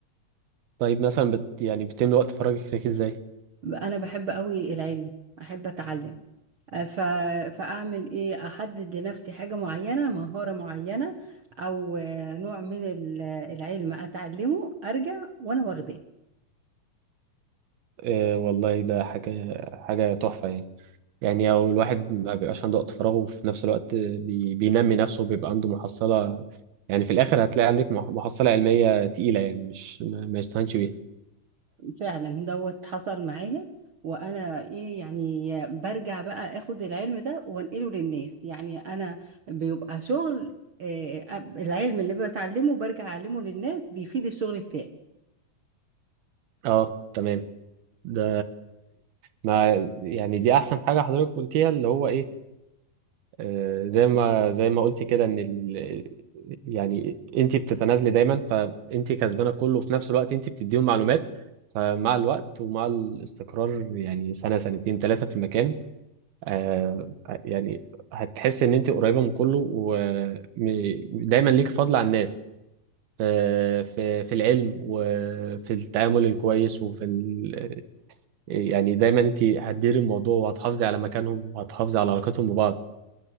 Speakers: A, on the right (about 80°); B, on the right (about 55°).
A: طيب مثلا بت يعني بتملي وقت فراغك ازاي؟
B: انا بحب قوي العلم احب اتعلم أه، ف... فاعمل ايه احدد لنفسي حاجه معينه مهاره معينه او آه، نوع من ال- العلم اتعلمه ارجع وانا واخداه
A: أه والله ده حاجة حاجة تحفة يعني يعني او الواحد ما بيبقاش عنده وقت فراغ وفي نفس الوقت بي... بينمي نفسه وبيبقى عنده محصلة يعني في الاخر هتلاقي عندك مح- محصلة علمية تقيلة يعني مش ما, ما يستهانش بيها
B: فعلا دوت حصل معايا وانا ايه يعني برجع بقى اخد العلم ده وانقله للناس يعني انا بيبقى شغل آه، العلم اللي بتعلمه برجع اعلمه للناس بيفيد الشغل بتاعي
A: اه تمام ده ما يعني دي احسن حاجة حضرتك قلتيها اللي هو ايه آه زي ما زي ما قلت كده ان ال... يعني انت بتتنازلي دايما فانت كسبانة كله وفي نفس الوقت انت بتديهم معلومات فمع الوقت ومع الاستقرار يعني سنة سنتين ثلاثة في المكان آه، يعني هتحس ان انت قريبه من كله ودايما ليكي فضل على الناس في في في العلم وفي التعامل الكويس وفي ال... آه، يعني دايما انت هتديري الموضوع وهتحافظي على مكانهم وهتحافظي على علاقتهم ببعض